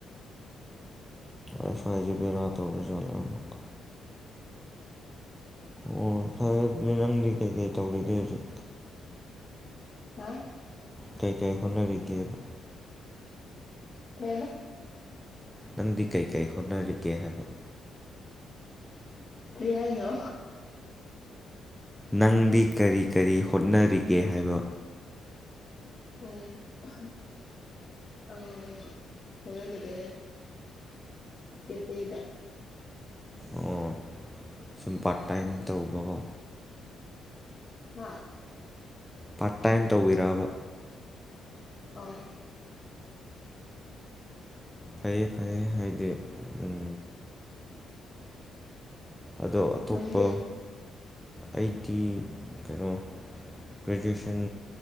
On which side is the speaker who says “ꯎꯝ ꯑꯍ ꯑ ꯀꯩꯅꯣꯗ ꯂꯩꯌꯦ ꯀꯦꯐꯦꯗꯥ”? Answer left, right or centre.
Left